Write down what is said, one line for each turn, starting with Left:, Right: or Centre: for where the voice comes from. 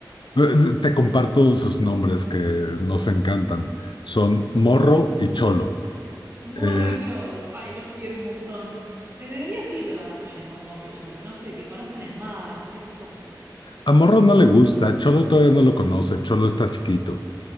Left: Eh, eh, Te comparto sus nombres que nos encantan.
Right: Sí.
Left: Son Morro y Cholo.
Right: Morro
Left: Eh,
Right: y Cholo, ay, los quiero un montón. Te deberías ir de vacaciones con Morro y Cholo, no sé, que conozcan el mar, esas cosas.
Left: a Morro no le gusta, Cholo todavía no lo conoce, Cholo está chiquito.